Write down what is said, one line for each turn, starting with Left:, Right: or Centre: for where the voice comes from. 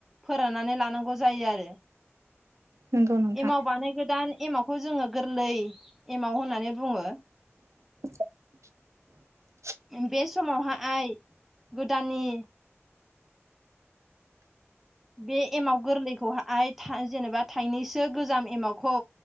Centre: फोराननानै लानांगौ जायो आरो
Right: नंगौ नोंथां
Centre: एमाव बानाय गोदान एमावखौ जोङो गोरलै एमाव होननानै बुङो
Right: <unintelligible>
Centre: बे समावहाय गोदाननि बे एमाव गोरलैखौहाय जेनेबा थाइनैसो गोजाम एमावखौ